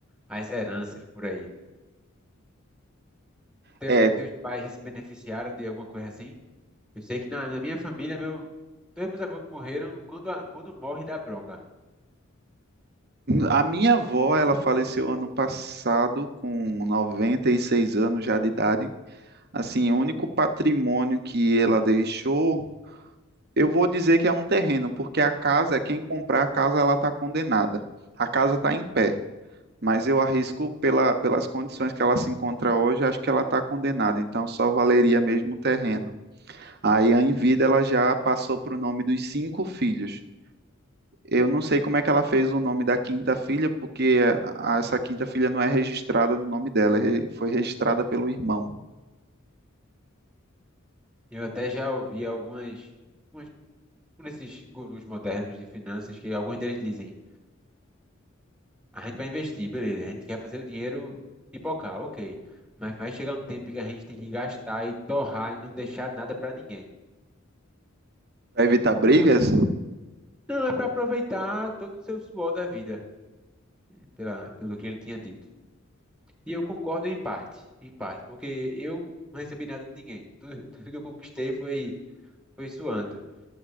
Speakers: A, in the centre; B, on the right.
A: as heranças por aí. Teu,
B: É,
A: teus pais já se beneficiaram de alguma coisa assim? Eu sei que na, na minha família, meu, todos meus avós que morreram, quando, a- quando morre dá bronca.
B: a minha avó, ela faleceu ano passado com 96 anos já de idade. Assim, o único patrimônio que ela deixou, eu vou dizer que é um terreno, porque a casa, quem comprar a casa, ela está condenada. A casa está em pé, mas eu arrisco pela, pelas condições que ela se encontra hoje, acho que ela está condenada, então só valeria mesmo o terreno. Aí, em vida, ela já passou para o nome dos cinco filhos. Eu não sei como é que ela fez o nome da quinta filha, porque a- essa quinta filha não é registrada no nome dela, é re- foi registrada pelo irmão.
A: Eu até já ouvi algumas. umas nesses gurus modernos de finanças que alguns deles dizem, a gente vai investir, beleza, a gente quer fazer o dinheiro pipocar, ok. Mas vai chegar um tempo que a gente tem que gastar e torrar e não deixar nada para ninguém.
B: Para evitar
A: Porque
B: brigas?
A: você não é para aproveitar todo o seu suor da vida, eh, pela, pelo que ele tinha dito. E eu concordo em parte, em parte, porque eu não recebi nada de ninguém. Tudo, <laughs> tudo que eu conquistei foi foi suando.